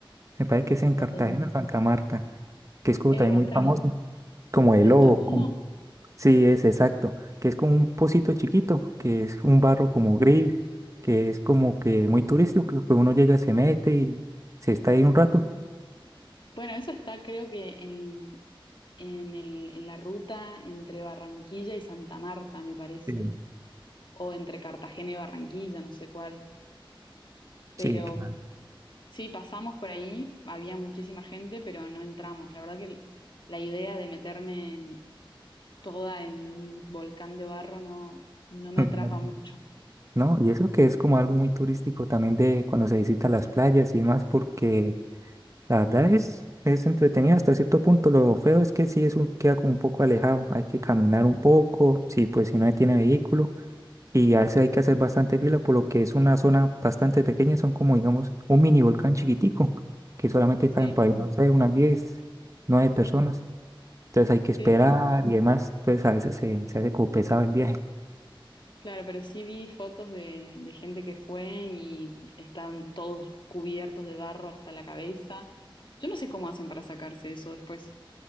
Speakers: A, on the right (about 35°); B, on the left (about 60°).
A: Me parece que es en Cartagena,
B: El
A: Santa Marta, que es como
B: el
A: también
B: volcán
A: muy famoso, como el
B: del
A: lobo.
B: Totumo.
A: como- Sí, es exacto, que es como un pocito chiquito, que es un barro como gris, que es como que muy turístico, que uno llega, se mete y se está ahí un rato.
B: Bueno, eso está creo que en, en el, en la ruta entre Barranquilla y Santa Marta, me parece,
A: eh,
B: o entre Cartagena y Barranquilla, no sé cuál. Pero
A: Sí, claro.
B: Sí, pasamos por ahí, había muchísima gente, pero no entramos. La verdad que la idea de meterme toda en un volcán de barro no, no
A: <laughs>
B: me
A: claro.
B: atrapa mucho.
A: No, y eso que es como algo muy turístico también de cuando se visita las playas y demás, porque la verdad es, es entretenido hasta cierto punto. Lo feo es que sí es un, queda como un poco alejado, hay que caminar un poco, sí, pues si no tiene vehículo, y a veces hay que hacer bastante fila, por lo que es una zona bastante pequeña, son como digamos un mini volcán chiquitico, que solamente
B: Sí,
A: caen para, ahí, no sé, unas 10 9 personas. Entonces hay que esperar
B: sí, sí.
A: y demás, pues a veces se, se hace como pesado el viaje.
B: Claro, pero sí vi fotos de, de gente que fue y están todos cubiertos de barro hasta la cabeza. Yo no sé cómo hacen para sacarse eso después,